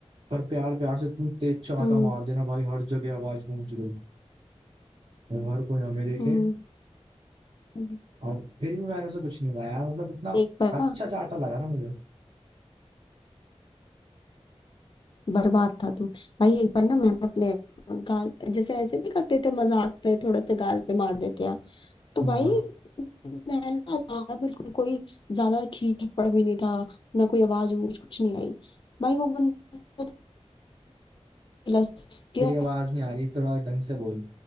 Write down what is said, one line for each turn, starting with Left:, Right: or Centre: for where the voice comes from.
Right: पर प्यार प्यार से इतनी तेज चांटा
Left: हम्म
Right: मार देना भाई हर जगह आवाज गूंज गई और हर कोई हमें देखे
Left: हम्म, हम्म।
Right: और फिर भी मैंने उसे कुछ नहीं पाया मतलब इतना
Left: एक बार
Right: अच्छा
Left: ना
Right: चांटा लगा ना मुझे
Left: बर्बाद था तू भाई एक बार ना मैंने अपने गाल जैसे ऐसे भी करते थे मजाक पे थोड़ा सा गाल पे मार देते हैं तो
Right: हाँ
Left: भाई मैं ना ज्यादा बिल्कुल कोई ज्यादा खींच थप्पड़ भी नहीं था ना कोई आवाज वूज कुछ नहीं आई भाई वो बंदा तो किला किया
Right: तेरी आवाज नहीं आ रही थोड़ा ढंग से बोल